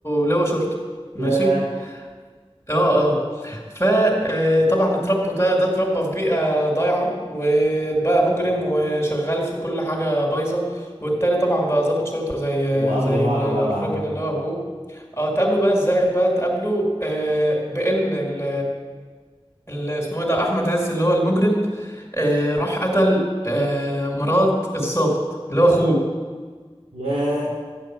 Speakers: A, on the left; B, on the right.
A: لواء شرطة ماشي
B: ياه
A: اه اه فطبعا اتربوا ده ده اتربى في بيئة ضايعة وبقى مجرم
B: و-
A: وشغال في كل حاجة بايظة والتاني طبعا بقى ضابط شرطة زي
B: وقابلوا
A: زي
B: بعض
A: ال- الراجل
B: بقى بعدين
A: اللي هو ابوه اه تقابله بقى ازاي بقى تقابله آه، بان ال ال- اسمه ايه ده احمد عز اللي هو المجرم آه، راح قتل آه، مرات الضابط اللي هو اخوه
B: ياه